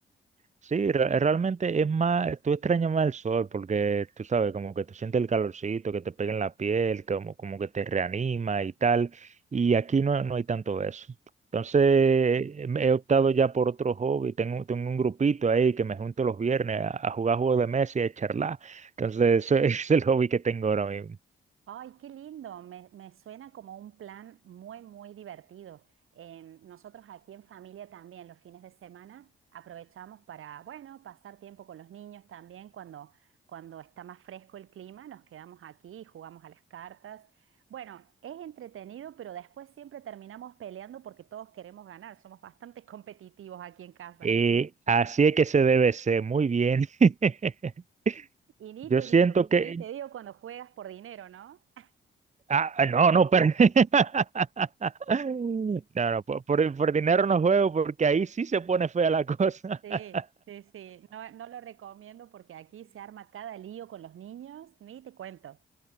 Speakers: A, on the right; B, on the right.
A: Sí, re- eh, realmente es más, tú extrañas más el sol porque tú sabes, como que tú sientes el calorcito que te pega en la piel, como, como que te reanima y tal, y aquí no, no hay tanto eso. Entonces, em, he optado ya por otro hobby, tengo, tengo un grupito ahí que me junto los viernes a, a jugar juegos de mesa y a charlar, entonces ese <laughs> es el hobby que tengo ahora mismo.
B: Ay, qué lindo, me, me suena como un plan muy, muy divertido. Em, nosotros aquí en familia también los fines de semana aprovechamos para, bueno, pasar tiempo con los niños también cuando, cuando está más fresco el clima, nos quedamos aquí y jugamos a las cartas. Bueno, es entretenido, pero después siempre terminamos peleando porque todos queremos ganar, somos bastante <laughs> competitivos aquí en casa.
A: Y así es que se debe ser, muy bien. <laughs>
B: Y ni
A: Yo
B: te
A: siento
B: digo,
A: que,
B: ni te digo cuando juegas por dinero, ¿no?
A: Ah, ah, no, no, pero... <laughs> No, no, por, por- por dinero no juego porque ahí sí se pone fea la cosa.
B: Sí,
A: <laughs>
B: sí, sí. No, no lo recomiendo porque aquí se arma cada lío con los niños, ni te cuento.